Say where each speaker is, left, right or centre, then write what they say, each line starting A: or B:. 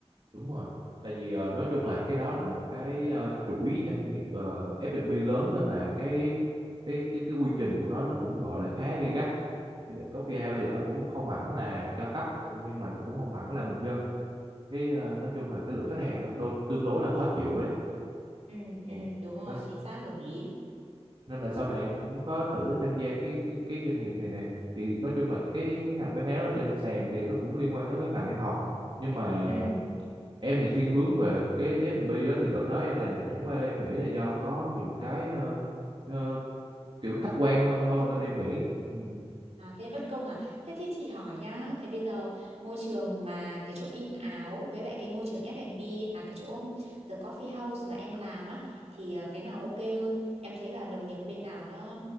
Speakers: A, on the right; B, on the right.
A: đúng rồi tại vì ờ, nói chung là cái đó là một cái ờ, chuỗi doanh nghiệp ờ, F&B lớn nên là cái cái cái cái quy trình của nó nó cũng gọi là khá gay gắt cái The Coffee House thì nó cũng không hẳn là cao cấp nhưng mà nó cũng không hẳn là bình dân cái ờ, nói chung là cái lượng khách hàng nó đôi, tương đối là khó chịu đấy
B: ừ
A: Còn-
B: ừ đúng rồi
A: nên,
B: chính xác đồng ý
A: nên là sau này em cũng có thử tham gia cái cái cái doanh nghiệp này nè thì nói chung là cái cái ngành bán áo ở trên sàn thì nó cũng liên quan tới cái ngành em học nhưng mà
B: ừ
A: em thì thiên hướng về cái F&B đó thì đợt đó em làm là chẳng qua em nghĩ là do có nhiều cái ờ, ờ, kiểu khách quan hơn
B: bất
A: thôi
B: công
A: nên em nghĩ ừ.
B: À, thế bất công à? Thế thì chị hỏi nhá, thế bây giờ môi trường mà cái chỗ in áo với lại cái môi trường F&B à cái chỗ The Coffee House mà em làm á thì ờ, cái nào ok hơn? Em thấy là đồng nghiệp bên nào nó